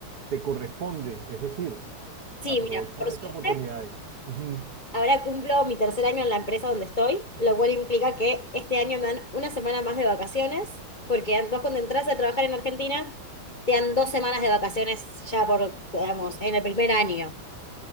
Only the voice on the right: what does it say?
te corresponde, es decir,
aprovechas
estas oportunidades. Ujú.